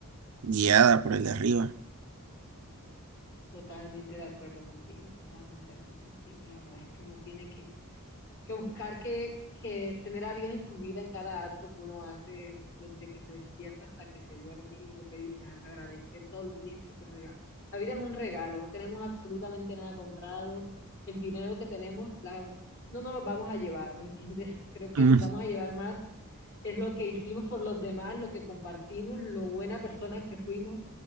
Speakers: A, on the right; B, on the left.
A: guiada por el de arriba.
B: Totalmente de acuerdo contigo, totalmente de acuerdo contigo. Y la verdad es que uno tiene que que buscar que, que tener a Dios en su vida en cada acto que uno hace, desde que se despierta hasta que se duerme, y lo que dices, agradecer todos los días, porque el rega- la vida es un regalo, no tenemos absolutamente nada comprado, el dinero que tenemos la, no nos lo vamos a llevar, ¿me entiendes? <laughs> Creo que
A: Mm,
B: nos vamos a llevar más, es lo que hicimos por los demás, lo que compartimos, lo buena persona que fuimos,